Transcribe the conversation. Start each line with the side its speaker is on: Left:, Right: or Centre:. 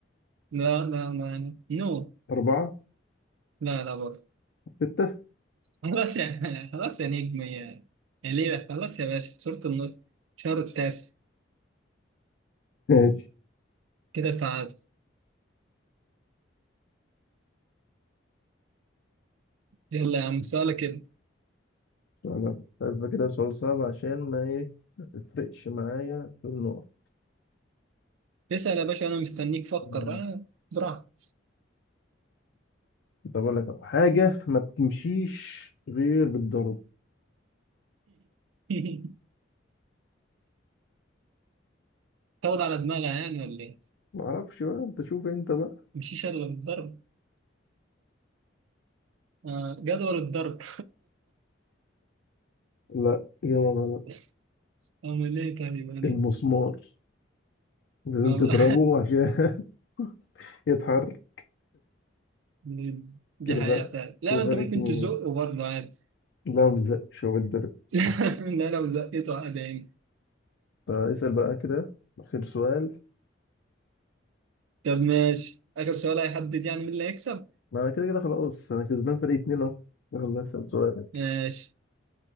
Right: لا لا ما نو
Left: أربعة
Right: لا لا برضه
Left: ستة
Right: خلاص يا <laughs> خلاص يا نجم يا يا ليلى خلاص يا باشا خسرت النص شهر التاسع
Left: ماشي
Right: كده تعادل يلا يا عم سؤالك كده
Left: أنا لازم كده سؤال صعب عشان ما إيه ما تفرقش معايا في النقط
Right: اسأل يا باشا انا مستنيك فكر
Left: مم.
Right: اه براحتك
Left: طب أقول لك أهو. حاجة ما بتمشيش غير بالضرب
Right: <laughs> تاخد على دماغها يعني ولا ايه؟
Left: معرفش بقى أنت شوف أنت بقى
Right: مشيش الا بالضرب آه جدول الضرب
Left: لا إجابة غلط
Right: <laughs> أمال إيه طيب أنا
Left: المسمار لازم
Right: ما
Left: تضربه
Right: بقى
Left: عشان <laughs> يتحرك
Right: <laughs> دي
Left: كده
Right: حقيقة
Left: بقى
Right: فعلا لا
Left: كده
Right: ما
Left: فرق
Right: أنت ممكن
Left: اتنين
Right: تزقه برضه عادي
Left: لا مزقش هو بالضرب
Right: <laughs> لا لو زقته عادي يعني
Left: اسأل بقى كده آخر سؤال
Right: طب ماشي آخر سؤال هيحدد يعني مين اللي هيكسب
Left: ما أنا كده كده خلاص أنا كسبان فرق اتنين أهو يلا اسأل سؤالك
Right: ماشي